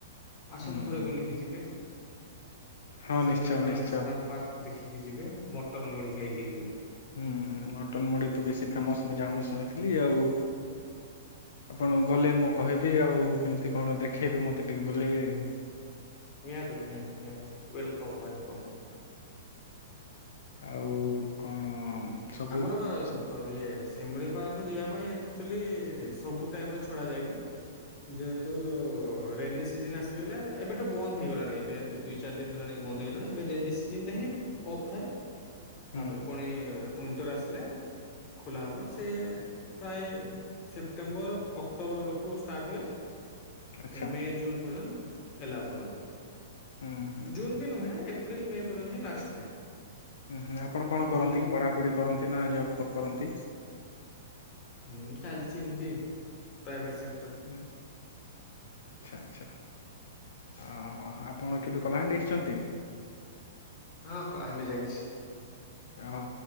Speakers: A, on the left; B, on the left.
A: ଆସନ୍ତୁ
B: ହୁଁ
A: ଥରେ
B: ହୁଁ
A: ବୁଲିକି ଯିବେ।
B: ହଁ
A: ଶିମିଳିପାଲ
B: ନିଶ୍ଚୟ ନିଶ୍ଚୟ
A: ନେଶ୍ନାଲ୍ ପାର୍କ ଦେଖିକି ଯିବେ ମଟନ ମୁଢ଼ି ଖାଇକି ଯିବେ।
B: ଉଁହୁଁ ମଟନ୍ ମୁଢି ତ ବେଶ ଫେମସ ମୁଁ ଯାହା ମୁଁ ଶୁଣି ଥିଲି ଆଉ ଆପଣ ଗଲେ ମୁଁ କହିବି ଆଉ ଏମିତି କଣ ଦେଖେଇବେ ମୋତେ ଟିକେ ବୁଲେଇବେ ଆଉ।
A: ନିହାତି ନିହାତି ନିହାତି ୱେଲକମ୍ ୱେଲକମ୍।
B: ଆଉ କଣ ସବୁ
A: ଆମର ଲୋ
B: ହୁଁ
A: ଇଏ ସି ଶିମିଳିପାଳକୁ ଯିବା ପାଇଁ ଆକ୍ଚୋଲି ସବୁ ଟାଇମରେ ଛଡ଼ାଯାଇନି। ଯେହେତୁ ରେନି ସିଯିନ୍ ଆସିଗଲେ ଏବେ ତ ବନ୍ଦ ହେଇଗଲାଣି ଏବେ ଦୁଇ ଚାରି ଦିନି ହେଲାଣି ବନ୍ଦ ହେଇଗଲାଣି ଏବେ ରେନି ସିଯିନ୍ ଟା ହିଁ ଅଫ୍ ଥାଏ
B: ହୁଁ
A: ତାପରେ ପୁଣି ୱିଣ୍ଟର ଆସିଲେ ଖୋଲା ହବ ସେଏ ପ୍ରାଏ ସେପ୍ଟେମ୍ବର ଅକ୍ଟୋବର ବେଳକୁ ଷ୍ଟାର୍ଟ ହୁଏ।
B: ଆଚ୍ଛା
A: ମେ ଜୁନ୍ ପର୍ଯ୍ୟନ୍ତ ଏଲୋଉ କରନ୍ତି।
B: ହୁଁ ହୁଁ
A: ଜୁନ୍ ବି ନୁହେଁ ଏପ୍ରିଲ ମେ ପର୍ଯ୍ୟନ୍ତ ହିଁ ଲାଷ୍ଟ ଥାଏ।
B: ହୁଁ ହୁଁ ଆପଣ କଣ କରନ୍ତି
A: ଜୁନ୍
B: କି ପଢାପଢି କରନ୍ତି ନା ଜବ ଫବ କରନ୍ତି?
A: ହୁଁ ଚାଲିଛି ଏମିତି ପ୍ରାଇଭେଟ ସେକ୍ଟ
B: ହ ଆଛା ଆଛା ହ ହୋ ଆପଣ କେବେ କଳାହାଣ୍ଡି ଆସିଛନ୍ତି।
A: ହଁ କଳାହାଣ୍ଡି ଯାଇଛି।
B: ଓହୋ